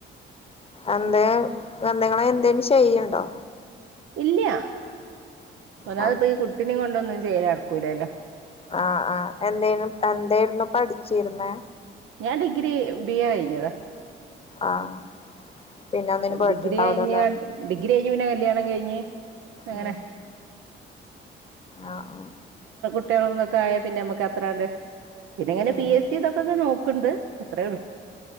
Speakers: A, on the left (about 30°); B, on the right (about 85°).
A: എന്തേ നിങ്ങളെ എന്തേലും ചെയ്യണ്ടോ
B: ഇല്യ ഒന്നാമത്
A: ആഹ്
B: ഈ കുട്ടിനെ കൊണ്ടൊന്നും ചെയ്യല് നടക്കുലല്ലോ
A: ആഹ് ആഹ് എന്തേലും എന്തായിരുന്നു പഠിച്ചിരുന്നേ
B: ഞാൻ ഡിഗ്രി ബി എ കഴിഞ്ഞതാ
A: ആഹ് പിന്നെ ഒന്നിനും പോയിട്ടുണ്ടാവൂലല്ലേ
B: ഡിഗ്രി കഴിഞ്ഞാൽ ഡിഗ്രി കഴിഞ്ഞു പിന്നെ കല്യാണം കഴിഞ്ഞ് അങ്ങനെ
A: ഉം ആഹ് ആഹ്
B: കുട്ടികളും അതും ഇതൊക്ക ആയാൽ പിന്നെ നമ്മക്ക് അത്ര കണ്ട്
A: ഉം
B: പി എസ് സി ഇതൊക്കെ നോക്കും ണ്ട് അത്രേ ഉള്ളു